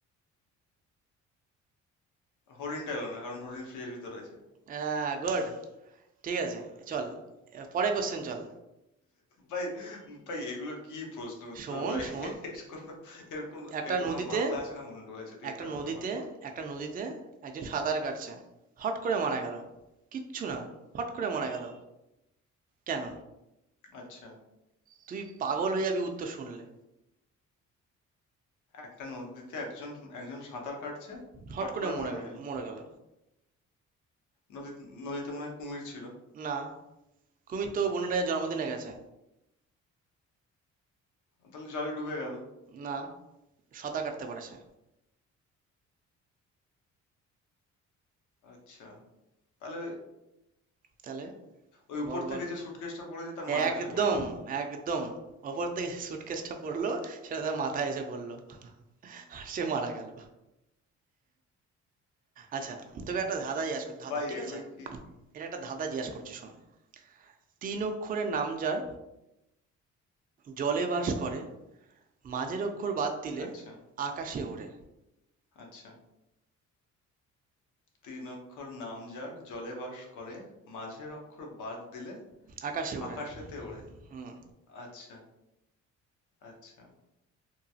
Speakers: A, on the left; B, on the right.
A: হরিণটা এলো না কারণ হরিণ ফ্রিজের ভিতর আছে
B: হ্যাঁ, গুড ঠিক আছে চল এবার পরের কোশ্চেন চল
A: ভাই ভাই এগুলো কি প্রশ্ন উত্তর
B: শোন
A: ভাই <laughs>
B: শোন
A: এর কোনো এর কোনো
B: একটা
A: এর কোনো
B: নদীতে
A: মাথা আছে না মুন্ডু আছে তুই
B: একটা
A: একটা কথা
B: নদীতে
A: বল
B: একটা নদীতে একজন সাঁতার কাটছে হট করে মারা গেল কিচ্ছু না হট করে মারা গেল কেন
A: আচ্ছা
B: তুই পাগল হয়ে যাবি উত্তর শুনলে
A: একটা নদীতে একজন একজন সাঁতার কাটছে
B: হট
A: হট
B: করে
A: করে
B: মরে
A: মারা
B: গ-
A: গেল
B: মরে গেল
A: নদী নদীতে মনে হয় কুমির ছিল
B: না কুমির তো বোনের রাজার জন্মদিনে গেছে
A: তাহলে জলে ডুবে গেল
B: না সাঁতার কাটতে পারে সে
A: আচ্ছা তাহলে
B: তাহলে
A: ওই উপর
B: বল বল
A: থেকে যে সুটকেসটা পড়েছে তার মাথায়
B: একদম
A: এসে পড়েছে
B: একদম ওপর থেকে সুটকেসটা পড়লো সেটা তার মাথায় এসে পড়লো আর সে মারা গেল আচ্ছা তোকে একটা ধাঁধা জিজ্ঞাসা কর ধাঁধা
A: ভাই
B: ঠিক
A: এগুলো
B: আছে
A: কি
B: এটা একটা ধাঁধা জিজ্ঞাসা করছি শোন তিন অক্ষরের নাম যার জলে বাস করে মাঝের অক্ষর বাদ দিলে
A: আচ্ছা
B: আকাশে ওড়ে
A: আচ্ছা তিন অক্ষর নাম যার জলে বাস করে মাঝের অক্ষর বাদ দিলে
B: আকাশে ওড়ে
A: আকাশেতে ওড়ে
B: হুম
A: আচ্ছা আচ্ছা